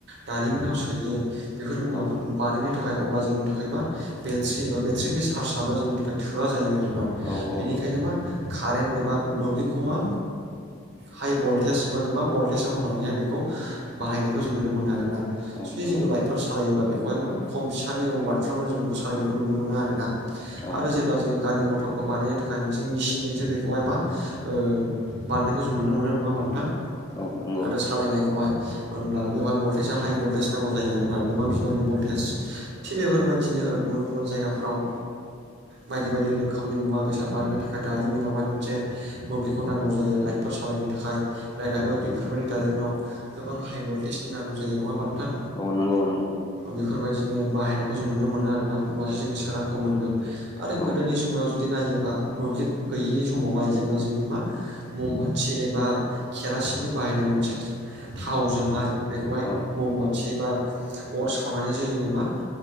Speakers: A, on the right; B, on the left.
A: दारिमिनाव सोयो बेफोर मुवाफोरखौ
B: औ
A: बानायनो थाखाय अब्ला जोंनि थाखायबा बेट्रि एबा बेट्रिनि चार्जआबो जोंनिफ्राय थोआ जायो आरोना
B: औ औ
A: बेनिखायनो
B: नंगौ
A: मा कारेन्ट एबा मोब्लिबखौ मा हाइ भल्टेज एबा गोबां भल्टेजाव होनानैहाय बेखौ बाहायनायखौ जों नुनो मोनो आरोना।
B: औ
A: जुदि
B: नंगौ
A: जोङो लाइटफोर सालायोबा बेखौहाय मा खम फिसानि वार्डफ्रावनो जों बेखौ सालायनायखौ नुनो मोनो आरोना। आरो
B: औ नंगौ
A: जेब्ला जों गारि मथरखौ बानायनो थाखाय मोनसे मेचिनजोंसो बेखौहाय मा ओ बानायनायखौ जों नुनो मोनो नङा होमबा नोंथां?
B: औ नंगौ
A: आरो सालायनायखौहाय होनब्ला बेवहाय भल्टेजआ हाइ भल्टेज नांगौ जायो आरोना गोबां बिबांनि भल्टेज थिग बेफोरबायदिनो गुबुन गुबुन जायगाफ्राव बायदि बायदि रोखोमनि मुवा बेसाद बानायनो थाखाय दारिमिनावहाय मोनसे मोब्लिबखौ नांगौ जायो लाइटफोर सालायनो थाखाय लाइटआबो बेफोरबायदि दारिमिनाव गोबां हाइ भल्टेजनि नांगौ जायो नङा होमबा नोंथां?
B: औ नंगौ नंगौ।
A: बेफोरबायदिनो बाहायनायखौ जों नुनो मोनो आरोना होमबासो जोङो सोरांखौ मोनगोन। आरो
B: औ
A: गोदोनि समाव जुदि नायोब्ला मोब्लिब गैयिनि समावहाय जेब्ला जों मा ममबाथि एबा केरासिनजों बाहायनाय मोनसे थावजोंहाय बेखौहाय
B: औ
A: मम बाथि एबा अर सावनानैसो जोङो मा